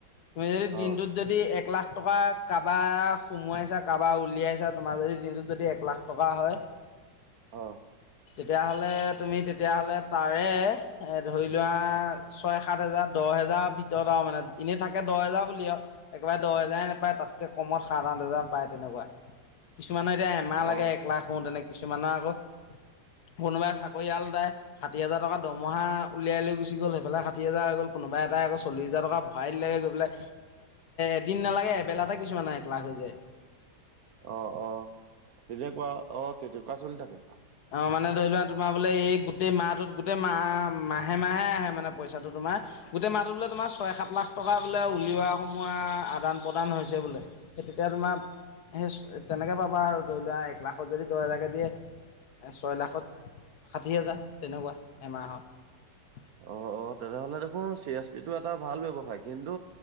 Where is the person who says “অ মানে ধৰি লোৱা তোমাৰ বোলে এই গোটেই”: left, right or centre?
Left